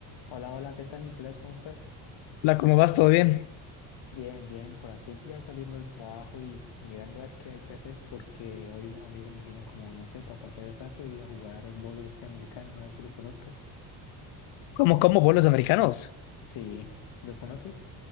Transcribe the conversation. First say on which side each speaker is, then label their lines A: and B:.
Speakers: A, on the left; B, on the left.
A: Hola, hola, ¿qué tal, Nicolás? ¿Cómo estás?
B: La, ¿cómo vas? ¿Todo bien?
A: Bien, bien, por aquí ya saliendo del trabajo y mirando a ver qué hay que hacer porque hoy unos amigos me dijeron como, no sé, para pasar el rato ir a jugar al bolo este americano, no sé si lo conozcas.
B: ¿Cómo como bolos americanos?
A: Sí, ¿lo conoces?